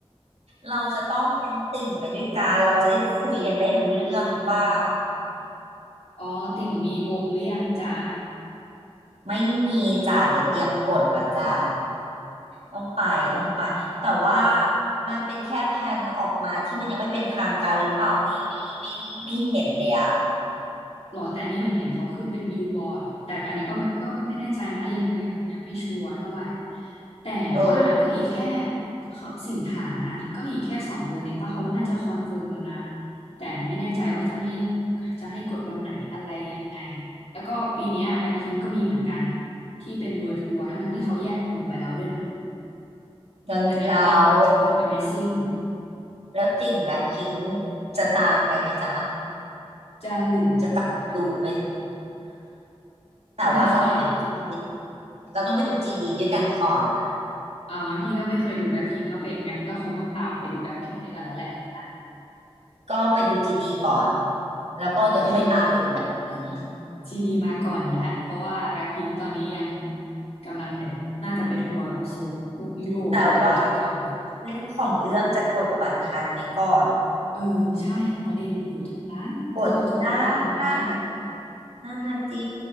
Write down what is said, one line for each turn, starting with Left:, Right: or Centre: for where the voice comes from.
Right: เราจะต้องเป็นติ่งไปด้วยกันเราจะได้คุยกันได้รู้เรื่องเปล่า
Left: <laughs> อ๋อ ติ่งมีบงหรือยังจ๊ะ
Right: ไม่มีจ้าเดี๋ยวเตรียมกดละจ้าต้องไปต้องไปแต่ว่ามันเป็นแค่แผนออกมาที่มันยังไม่เป็นทางการหรือเปล่านี่ไม่ไม่ไม่เห็นเลยอ่ะ
Left: หรอแต่อันนี้เหมือนเห็นเขาขึ้นเป็นบิลบอร์ดแต่อันนี้ก็ไม่ก็ไม่แน่ใจนะยังยังยังไม่ชัวร์เท่าไหร่แต่ว่าก็อีกแค่
Right: เออ
Left: เขาสิงหานะก็อีกแค่สองเดือนเองป่ะเขาน่าจะคอนเฟิร์มแล้วนะแต่ไม่แน่ใจว่าจะให้จะให้กดวันไหนอะไรยังไงแล้วก็ปีเนี้แบ็คพิงก็มีเหมือนกันที่เป็นเวิ l d t ทัวร์ทั้งทั้งที่เขาแยกวงไปแล้วด้วยนะ
Right: แล้วแล้ว
Left: อันเนี้ยอเมเออ Amazing
Right: แล้วติ่งแบ็คพิงค์จะตามไปไหมจ๊ะ
Left: จะเหลือเหรอจ๊ะ
Right: จะตามดูไหมจ๊ะแต่ว่าเราต้องไปดูจีดี
Left: ไม่ต้องถาม
Right: เราต้องไปดูจีดีด้วยกันก่อนนะ
Left: เอางั้นพี่ก็ไม่เคยดูแบ็คพิงก็ไปงั้นก็คงต้องตามไปดูแบ็คพิงด้วยกันแล้วแหละนะนะ
Right: ก็ไปดูจีดีก่อนแล้วก็เดี๋ยวค่อยตามไปดูแบ็คพิงค์
Left: จีดีจีดีมาก่อนอยู่แล้วเพราะว่าแบ็คพิงตอนนี้ยังกำลังเดี๋ยวน่าจะไปทัวร์แบบโซนแบบพวกยุโรปอะไรอย่างนั้นก่อนมั้ง
Right: แต่ว่าเรื่องของเรื่องจะกดบัตรทันไหมก่อน
Left: เออใช่ประเด็นมันอยู่ตรงนั้นว่าเราจะกดทันไหม
Right: กดยากนั่นนะจี